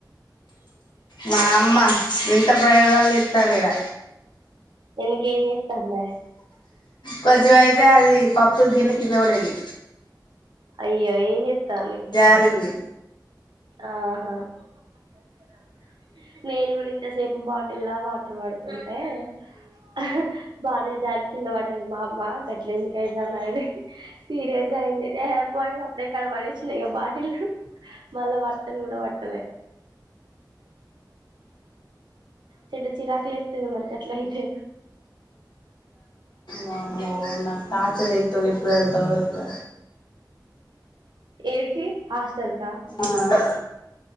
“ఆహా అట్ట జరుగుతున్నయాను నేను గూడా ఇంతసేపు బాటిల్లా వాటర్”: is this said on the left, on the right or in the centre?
Right